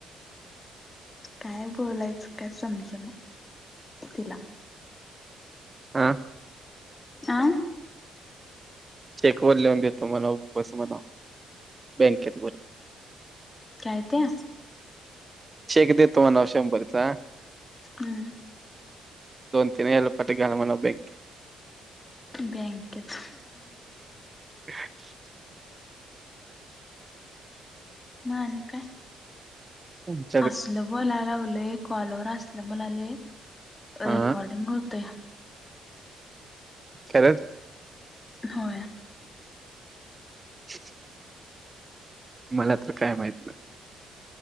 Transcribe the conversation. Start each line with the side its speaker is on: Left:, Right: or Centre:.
Left: काय बोलायचं काय समजे ना तिला.
Right: हा.
Left: आं
Right: चेक वर लिहून देतो म्हणाव बस म्हणाव बँकेेत भर
Left: काय त्या
Right: चेक देेतो म्हणाव शंभरचा.
Left: हम्म.
Right: दोन तीन वेळा पाठी घ्यालव म्हणाव बँक.
Left: बँकेत
Right: <unintelligible>
Left: म आणि काय
Right: <unintelligible>
Left: असलं बोलाय लागलोय कॉलवर असलं बोलायलो. रेकॉर्डिंग
Right: हा
Left: होते.
Right: खरंच
Left: होय.
Right: <inaudible> मला तर काय माहित नाही.